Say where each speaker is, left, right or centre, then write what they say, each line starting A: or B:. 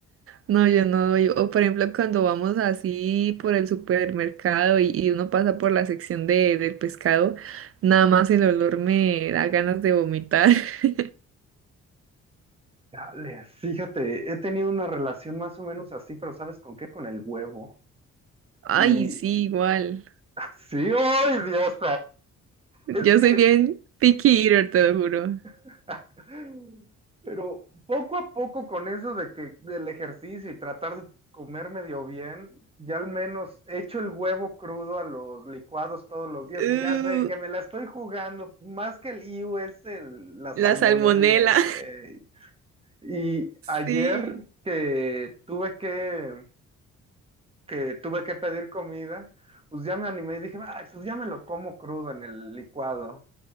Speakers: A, on the right; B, on the right.
A: No, yo no doy. O por ejemplo, cuando vamos así por el supermercado y, y uno pasa por la sección de, del pescado, nada más el olor me da ganas de vomitar. <laughs>
B: Dale, fíjate, he tenido una relación más o menos así, pero ¿sabes con qué? Con el huevo.
A: Ay,
B: Y
A: sí, igual.
B: <laughs> sí, ¡ay, Dios! Es
A: Yo
B: que
A: soy bien picky eater, te lo juro.
B: <laughs> Pero poco a poco con eso de que del ejercicio y tratar de comer medio bien, ya al menos echo el huevo crudo a los licuados todos los días
A: Uh,
B: y ya sé que me la estoy jugando, más que el IU es el, la salmonela.
A: la salmonela.
B: eh,
A: <laughs>
B: eh. Y ayer
A: Sí.
B: que tuve que, que tuve que pedir comida, pues ya me animé y dije, "Ay, pues ya me lo como crudo en el licuado.